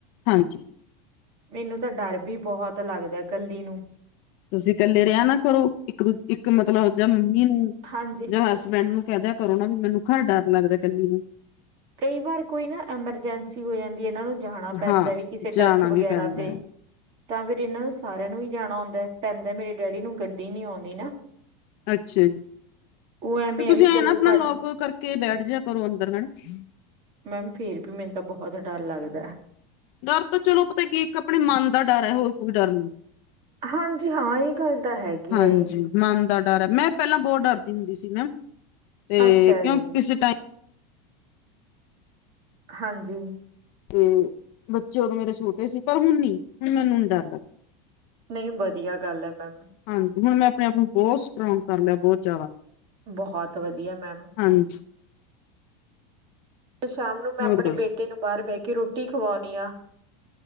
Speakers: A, on the left (about 40°); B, on the right (about 30°).
A: ਹਾਂਜੀ-
B: ਮੈਨੂੰ ਤਾਂ ਡਰ ਵੀ ਬਹੁਤ ਲਗਦਾ ਕਲੀ ਨੂੰ-
A: ਤੁਸੀ ਇਕਲੇ ਰਿਹਾ ਨਾ ਕਰੋ ਇਕ ਦੂ ਇਕ ਮਤਲਬ ਜਾਂ ਮੰਮੀ ਨੂੰ
B: ਹਾਂਜੀ
A: ਜਾਂ ਹਸਬੈਡ ਨੂੰ ਕਹਿ ਕਰੋ ਨਾ ਵੀ ਮੈਨੂੰ ਘਰ ਡਰ ਲਗਦਾ ਇਕਲੀ ਨੂੰ।
B: ਕਈ ਵਾਰ ਕੋਈ ਨਾ ਐਮਰਜੈਂਸੀ ਹੋ ਜਾਦੀ ਇਹਨਾ ਨੂੰ ਜਾਣਾ ਪੈਦਾ
A: ਹਾਂ
B: ਵੀ ਕਿਸੇ
A: ਜਾਣਾ
B: ਡੈਥ ਵਗੈਰਾ
A: ਵੀ ਪੈਂਦਾ
B: ਤੇ-
A: ਹੈ
B: ਤਾਂ ਫੇਰ ਇਹਨਾਂ ਨੂੰ ਸਾਰਿਆਂ ਨੂੰ ਹੀ ਜਾਣਾ ਆਉਂਦਾ ਪੈਂਦਾ ਮੇਰੇ ਡੈਡੀ ਨੂੰ ਗੱਡੀ ਨੀ ਆਉਦੀ ਨਾ
A: ਅਛਾ ਜੀ
B: ਉਹ ਐਵੇਂ
A: ਤੇ ਤੁਸੀ
B: ਵੀ
A: ਐ
B: ਚਲੋ
A: ਨਾ ਆਪਣਾ
B: ਸਾਡਾ
A: ਲੋਕ ਕਰਕੇ ਬੈਠ ਜਾ ਕਰੋ ਅੰਦਰ ਮੈਡਮ-
B: ਮੈਮ ਫੇਰ ਵੀ ਮੈਨੂੰ ਤਾਂ ਬਹੁਤ ਡਰ ਲਗਦਾ-
A: ਡਰ ਤਾਂ ਚਲੋ ਪਤਾ ਕੀ ਹੈ ਇਕ ਆਪਣੇ ਮਨ ਦਾ ਡਰ ਹੈ। ਹੋਰ ਕੋਈ ਡਰ ਨਹੀ-
B: ਹਾਂਜੀ! ਹਾਂ! ਇਹ ਗੱਲ ਤਾਂ ਹੈਗੀ
A: ਹਾਂਜੀ
B: ਹੈ ਜੀ।
A: ਮਨ ਦਾ ਡਰ ਹੈ। ਮੈ ਪਹਿਲਾ ਬਹੁਤ ਡਰਦੀ ਹੁੰਦੀ ਸੀ ਮੈਮ ਤੇ
B: ਅੱਛਾ
A: ਕਿਉਂ
B: ਜੀ
A: ਕਿਸੇ ਟਾਈਮ-
B: ਹਾਂਜੀ-
A: ਤੇ ਬੱਚੇ ਉਦੋ ਮੇਰੇ ਛੋਟੇ ਸੀ ਪਰ ਹੁਣ ਨੀ ਹੁਣ ਮੈਨੂੰ ਨੀ ਡਰ ਲਗਦਾ-
B: ਨਹੀ ਵਧੀਆ ਗੱਲ ਹੈ। ਮੈਮ-
A: ਹਾਂਜੀ! ਹੁਣ ਮੈ ਆਪਣੇ ਆਪ ਨੂੰ ਬਹੁਤ ਸਟਰੋਗ ਕਰ ਲਿਆ ਬਹੁਤ ਜਿਆਦਾ-
B: ਬਹੁਤ ਵਧੀਆ ਮੈਮ-
A: ਹਾਂਜੀ-
B: ਫੇਰ ਸ਼ਾਮ ਨੂੰ ਮੈ ਆਪਣੇ
A: ਹੋਰ ਦੱਸ
B: ਬੇਟੇ ਨੂੰ ਬਾਹਰ ਬਹਿ ਕੇ ਰੋਟੀ ਖਵਾਉਣੀ ਹਾਂ।